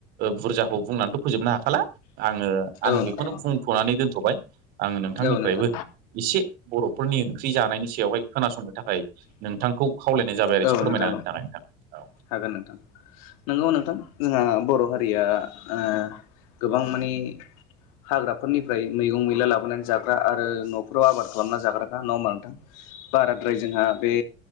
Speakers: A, on the right (about 65°); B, on the left (about 80°).
A: बुरजाखौ बुंनानैथ' फोजोबनो हाखाला आङो आं
B: औ
A: बेखौनो
B: नोंथां
A: बुंथ'नानै दोनथ'बाय आङ नोंथांनिफ्रायबो
B: औ नोंथां
A: एसे बर'फोरनि ओंख्रि जानायनि सायावहाय खोनासंनो थाखाय नोंथांखौ खावलाय जाबाय आरोख
B: औ
A: फोरमायना
B: नोंथां
A: होनो
B: औ
A: थाखाय नोंथां। औ
B: हागोन नोंथां। ओव नोंगोव नोंथां जोंहा बर' हारिया ओ गोबां माने हाग्राफोरनिफ्राय मैगं मैला लाबोनानै जाग्रा आरो न' फोराव आबाद खालामना जाग्राखा न' होनबा नोंथां बाराद्राय जोंहा बे